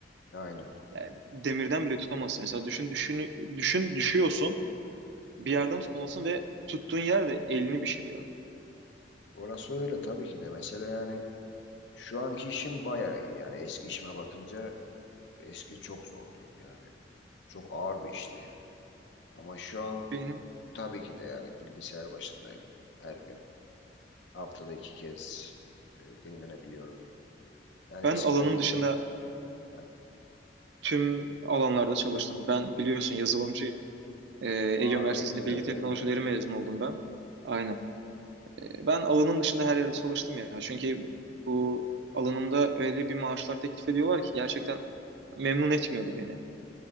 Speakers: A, on the left (about 75°); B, on the right (about 65°).
A: Aynen.
B: Yani demirden bile tutamazsın. Mesela düşün, düşün, düşün düşüyorsun bir yerden tutmalısın ve tuttuğun yer de elini pişiriyor.
A: Orası öyle tabii ki de. Mesela yani şu anki işim bayağı iyi. Yani eski işime bakınca eski çok zordu. Yani çok ağır bir işti. Ama şu an
B: Benim
A: tabii ki de yani bilgisayar başındayım her gün. Haftada iki kez e, dinlenebiliyorum. Yani
B: ben
A: eskiden
B: alanım dışında
A: ha,
B: Tüm alanlarda çalıştım. Ben biliyorsun yazılımcıyım. Ee, Ege
A: aa
B: Üniversitesi'nde
A: ne güzel
B: bilgi teknolojileri
A: ne güzel.
B: mezun oldum ben. Aynen. Ee, ben alanım dışında her yerde çalıştım ya. Çünkü bu alanımda öyle bir maaşlar teklif ediyorlar ki gerçekten memnun etmiyordu beni.